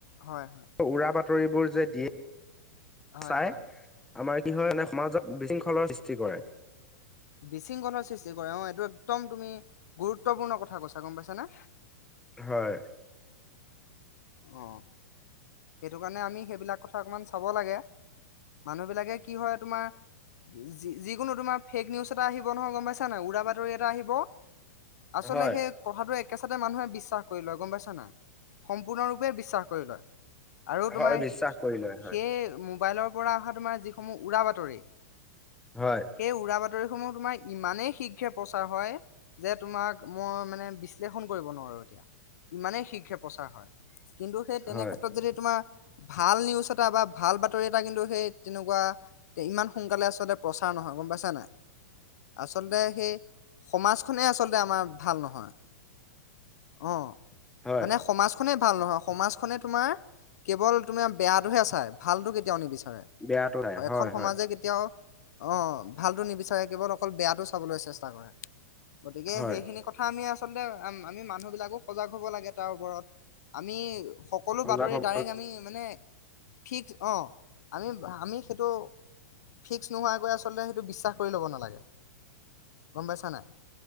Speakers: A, on the left (about 70°); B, in the centre.
A: হয়।
B: উৰা বাতৰিবোৰ যে দিয়ে।
A: হয়
B: চাই,
A: হয়
B: আমাৰ কি হয়, মানে, সমাজত বিশৃংখলৰ সৃষ্টি কৰে।
A: বিশৃংখলৰ সৃষ্টি কৰে, অ', এইটো একদম তুমি গুৰুত্বপূৰ্ণ কথা কৈছা গম পাইছানে?
B: হয়।
A: অ' সেইটো কাৰণে আমি সেইবিলাক কথা অকমান চাব লাগে। মানুহ বিলাকে কি হয় তোমাৰ যি যি, যিকোনো তোমাৰ ফেক নিউজ এটা আহিব নহয়, গম পাইছা নাইয় উৰা বাতৰি এটা আহিব। আচলতে
B: হয়
A: সেই, কথাটো একেচাতে মানুহে বিশ্বাস কৰি লয়, গম পাইছা নাই, সম্পূৰ্ণৰূপে বিশ্বাস কৰি লয়। আৰু তোমাৰ
B: হয় বিশ্বাস
A: সে
B: কৰি লয় হয়
A: সেই মোবাইলৰ পৰা অহা তোমাৰ যিসমূহ উৰা বাতৰি।
B: হয়।
A: সেই উৰা বাতৰিসমূহ তোমাৰ ইমানেই শীঘ্ৰে প্ৰচাৰ হয় যে, তোমাক মই মানে বিশ্লেষণ কৰিব নোৱাৰো এতিয়া। ইমানেই শীঘ্ৰে প্ৰচাৰ হয়, কিন্তু সেই তেনে
B: হয়
A: ক্ষেত্ৰত যদি, তোমাৰ ভাল নিউজ এটা বা ভাল বাতৰি এটা কিন্তু সেই তেনেকুৱা, তে ইমান সোনকালে আচলতে প্ৰচাৰ নহয় গম পাইছা নাই, আচলতে সেই সমাজখনেই আচলতে আমাৰ ভাল নহয়, অ'
B: হয়
A: মানে সমাজখনেই ভাল নহয়, সমাজখনে তোমাৰ কেৱল তোমিয়া বেয়াটোহে চাই ভালতটো কেতিয়াও নিবিচাৰে,
B: বেয়াটো নাই হয়
A: এখন সমাজে
B: হয়
A: কেত তিয়াও অ', ভালতো নিবিচাৰে কেৱল অকল বেয়াতটো চাবলৈ চেষ্টা কৰে। গতিকে,
B: হয়
A: সেইখিনি কথা আমি আচলতে আম আমি মানুহ বিলাকো সজাগ হ'ব লাগে তাৰ ওপৰত, আমি সকলো
B: সজাগ
A: বাতৰিত
B: হব
A: আমি মানে ফিক্স অ', আমি, আমি সেইটো ফিক্স নোহোৱাকৈ আচলতে সেইটো বিশ্বাস কৰি ল'ব নালাগে। গম পাইছা নাই,